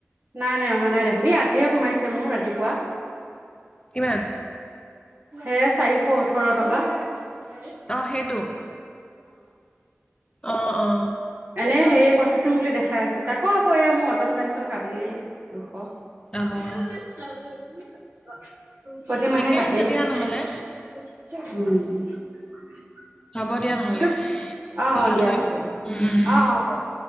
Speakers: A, on the right; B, on the left.
A: নাই, নাই। অহা নাই দেখোন। এ আজিহে সোমাইছে মোৰ ৰাতিপুৱা।
B: কিমান
A: এৰে চাৰিশ ওঠৰ টকা। অ'।
B: অ সেইটো অ অ
A: এনে হেৰি প্ৰচেচিং বুলি দেখাই আছ তাকো আকৌ এইয়া মোৰ অটল পেঞ্চন কাটিলেই দুশ। প্ৰতিমাহে
B: অ অ
A: কাটেই। উম। অ'
B: ঠিকে আছে দিয়া
A: অ'
B: নহ'লে
A: দিয়া, হ'ব দিয়া।
B: হ'ব নহ'লে
A: অ' অ',
B: পিছত কৰিম
A: হ'ব।
B: উম উম উম